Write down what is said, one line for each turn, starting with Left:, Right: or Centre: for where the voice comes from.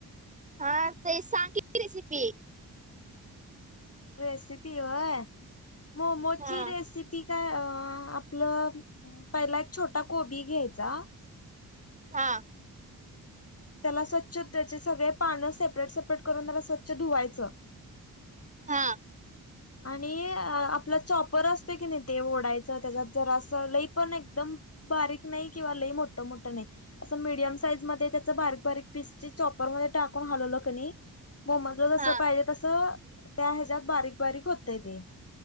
Right: हा ते सांग की रेसिपी?
Left: रेसिपी व्हय मोमोसची
Right: हा
Left: रेसि पी काय अ आपलं पहिला एक छोटा कोबी घ्यायचा
Right: हा.
Left: त्याला स्वच्छ त्याचे सगळे पानं सेपरेट सेपरेट करून त्याला स्वच्छ धुवायचं
Right: हां.
Left: आणि आपला चॉपर असतो की नाही ते ओडायचं त्याच्यात जरा असं लई पण एकदम बारीक नाही किंवा लई मोठं-मोठं नाही असं मीडियम साईज मध्ये च बारीक बारीक पिस चे चॉपर मधे टाकून हलवलं कनी मोमोजला जसं
Right: हा
Left: पाहिजे तसं त्या ह्याजात बारीक-बारीक होतय ते